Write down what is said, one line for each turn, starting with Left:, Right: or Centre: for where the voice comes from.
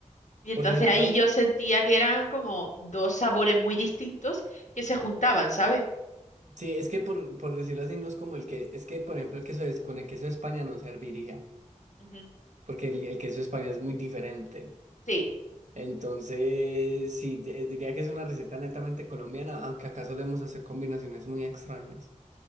Left: Y entonces
Right: Por ejemplo,
Left: ahí yo sentía que eran como dos sabores muy distintos que se juntaban, ¿sabes?
Right: sí, es que por, por decirlo así, no es como el que, es que por ejemplo el queso es, con el queso de España no serviría.
Left: Ujú.
Right: porque el, el queso español es muy diferente.
Left: Sí.
Right: Entonces, sí, eh, diría que es una receta netamente colombiana, aunque acá solemos hacer combinaciones muy extrañas.